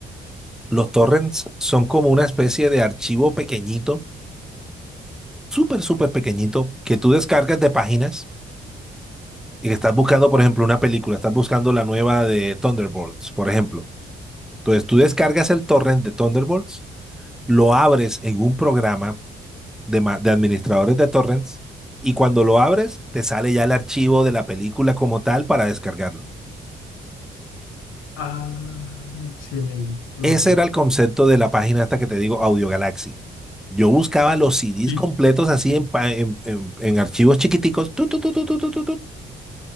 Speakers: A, in the centre; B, on the left (about 85°).
A: Los torrents son como una especie de archivo pequeñito, súper, súper pequeñito, que tú descargas de páginas y que estás buscando, por ejemplo, una película, estás buscando la nueva de Thunderbolts, por ejemplo. Entonces tú descargas el torrent de Thunderbolts, lo abres en un programa de, ma- de administradores de torrents y cuando lo abres te sale ya el archivo de la película como tal para descargarlo.
B: Ah, excelente, no.
A: Ese era el concepto de la página esta que te digo, Audio Galaxy. Yo buscaba los CDs
B: Sí.
A: completos así en, pa- en, en- en archivos chiquiticos, tu, tu, tu, tu, tu, tu, tu, tu.